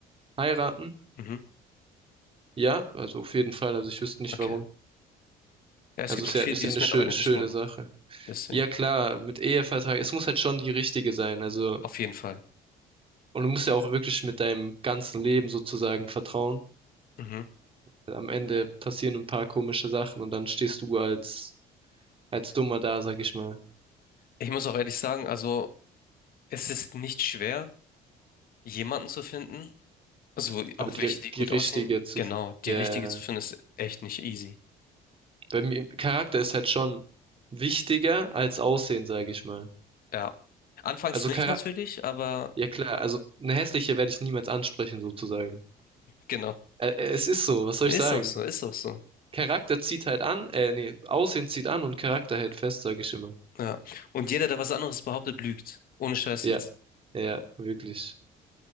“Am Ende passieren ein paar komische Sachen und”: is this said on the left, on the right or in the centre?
Right